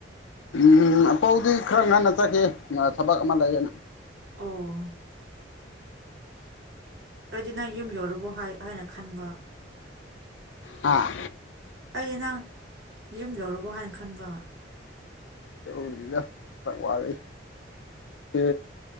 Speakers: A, on the left; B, on the right.
A: ꯎꯝ ꯑꯄꯧꯗꯤ ꯈꯔ ꯉꯟꯅ ꯆꯠꯈꯤꯌꯦ ꯃꯥ ꯊꯕꯛ ꯑꯃ ꯂꯩꯌꯦꯅ
B: ꯑꯣ ꯑꯩꯗꯤ ꯅꯪ ꯌꯨꯝ ꯌꯧꯔꯕꯣ ꯍꯥꯏ ꯍꯥꯏꯅ ꯈꯟꯕ
A: ꯑꯥ
B: ꯑꯩꯗꯤ ꯅꯪ ꯌꯨꯝ ꯌꯧꯔꯕꯣ ꯍꯥꯏꯅ ꯈꯟꯕ
A: ꯌꯧꯗ꯭ꯔꯤꯗ ꯈꯔ ꯋꯥꯠꯂꯤ ꯁꯦ